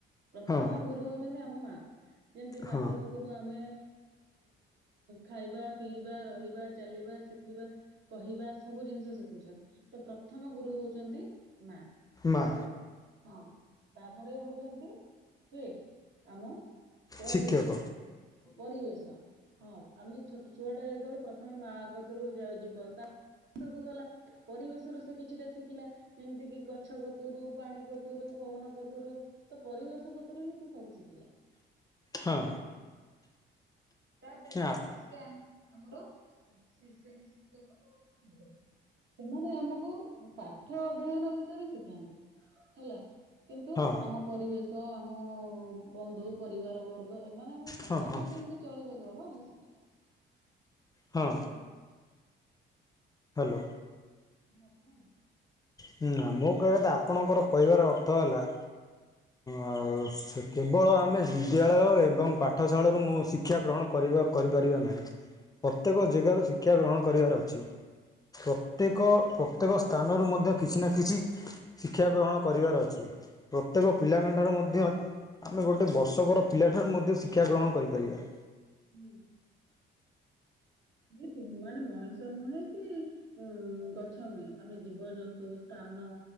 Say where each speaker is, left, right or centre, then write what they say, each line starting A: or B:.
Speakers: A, on the right (about 65°); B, on the left (about 20°).
A: ପ୍ରଥମ
B: ହଁ
A: ଗୁରୁ ହଉଛନ୍ତି ଆମ ମା। ଯେମିତି
B: ହଁ
A: ତାଙ୍କ କତୁରୁ ଆମେ ଖାଇବା, ପିଇବା, ରହିବା, ଚାଲିବା, ଶିଖିବା କହିବା ସବୁ ଜିନିଷ ଶିଖୁଛନ୍ତି। ତ ପ୍ରଥମ ଗୁରୁ ହଉଛନ୍ତି ମା।
B: ମା।
A: ହଁ ତାପରେ ହଉଛନ୍ତି କିଏ? ଆମ ପରିବେଶ
B: ଶିକ୍ଷକ
A: ପରିବେଶ ହଁ ଆମେ ଛୋ ଛୁଆ ଟା ଯେତେବେଳେ ପ୍ରଥମେ ମାଆ କତିରୁ ଯା ଯିବ ତା ଗଲା ପରିବେଶରୁ ସେ କିଛିଟା ଶିଖିଲା। ଯେମିତି କି ଗଛ କତୁରୁ, ପାଣି କତୁରୁ, ପବନ କତୁରୁ ତ ପରିବେଶ କତୁରୁ ହିଁ ସେ ସବୁ ଶିଖିଲା।
B: ହଁ।
A: ତାପରେ
B: ଆଉ
A: ଆସିଲେ ଆମର ଶେ ଶ୍ରେଣୀ ଶିକ୍ଷକ। <unintelligible> ସେମାନେ ଆମକୁ ପାଠ ଅଧ୍ୟୟନ ବିଷୟରେ ଶିଖାନ୍ତି ହେଲା। କିନ୍ତୁ
B: ହଁ
A: ଆମ ପରିବେଶ ଆମ ବନ୍ଧୁ ପରିବାର ବର୍ ଗ ଏମାନେ ଆମକୁ ସମାଜରେ
B: ହଁ ହଁ
A: କେମିତି ଚଳିବାକୁ ହବ ଆମକୁ ଶିଖାନ୍ତି।
B: ହଁ ହ୍ୟାଲୋ।
A: ହଁ କୁହନ୍ତୁ।
B: ହୁଁ ନା ମୋ କହିବା କଥା ଆପଣଙ୍କର କହିବାର ଅର୍ଥ ହେଲା ଆଉ ସେ କେବଳ ଆମେ ବିଦ୍ୟାଳୟ ଏବଂ ପାଠଶାଳାରୁ ମୁଁ ଶି ଶିକ୍ଷା ଗ୍ରହଣ କରିବା କରିପାରିବା ନାହିଁ। ପ୍ରତ୍ୟେକ ଜେଗାରୁ ଶିକ୍ଷା ଗ୍ରହଣ କରିବାର ଅଛି। ପ୍ରତ୍ୟେକ ପ୍ରତ୍ୟେକ ସ୍ଥାନରୁ ମଧ୍ୟ କିଛି ନା କିଛି ଶିକ୍ଷା ଗ୍ରହଣ କରିବାର ଅଛି। ପ୍ରତ୍ୟେକ ପିଲାଙ୍କଠାରୁ ମଧ୍ୟ ଆମେ ଗୋଟେ ବର୍ଷକର ପିଲାଠାରୁ ମଧ୍ୟ ଶିକ୍ଷା ଗ୍ରହଣ କରିପାରିବା।
A: ହୁଁ। ଯେହେତୁ ମାନେ ମଣିଷ ନୁହେଁ କି ଉଁ ଗଛ ନୁହେଁ ଆମେ ଜୀବଜନ୍ତୁ ସ୍ଥାନ